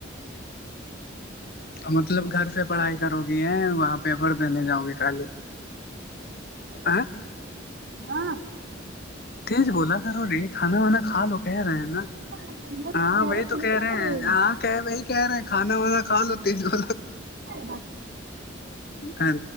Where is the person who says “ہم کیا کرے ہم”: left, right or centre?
Right